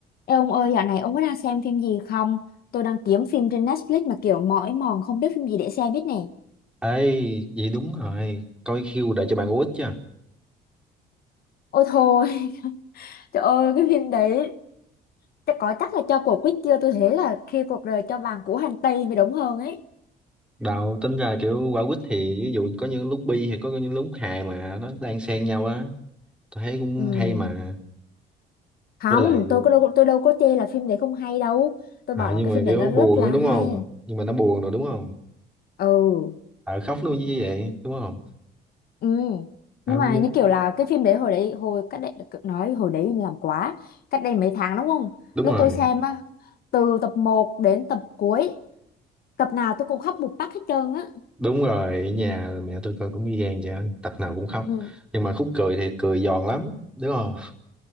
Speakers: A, on the left; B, in the centre.
A: Ê ông ơi, dạo này ông có đang xem phim gì không? Tôi đang kiếm phim trên Netflix mà kiểu mỏi mòn không biết phim gì để xem hết nè.
B: Ê, vậy đúng rồi. Coi Q đợi cho bạn quýt chứ.
A: Ôi thôi, <laughs> trời ơi, cái phim đấy chắc có chắc là cho cuộc quýt chưa? Tôi thấy là khi cuộc đời cho vàng của hành tây mới đúng hơn ấy.
B: Đào tính ra là kiểu quả quýt thì ví dụ có những lúc bi thì có những lúc hài mà nó đang xen nhau á. Tôi thấy cũng
A: Ừ.
B: hay mà.
A: Không,
B: Với lại
A: tôi có đâu, tôi đâu có chê là phim đấy không hay đâu. Tôi
B: à,
A: bảo là
B: nhưng
A: cái
B: mà
A: phim
B: kiểu
A: đấy nó rất
B: buồn
A: là
B: đó, đúng
A: hay.
B: không? Nhưng mà nó buồn rồi đúng không?
A: Ừ.
B: Ờ khóc luôn như vậy đúng không?
A: Ừ.
B: À,
A: Nhưng
B: không
A: mà
B: nhớ.
A: như kiểu là cái phim đấy hồi đấy hồi cách đây nói hồi đấy làm quá cách đây mấy tháng đúng không
B: Đúng
A: lúc
B: rồi.
A: tôi xem á từ tập một đến tập cuối tập nào tôi cũng khóc một phát hết trơn á
B: Đúng rồi, ở nhà mẹ tôi coi cũng ghi gan vậy, á, tập nào cũng khóc.
A: ừ.
B: Nhưng mà khúc cười thì cười giòn lắm, đúng không?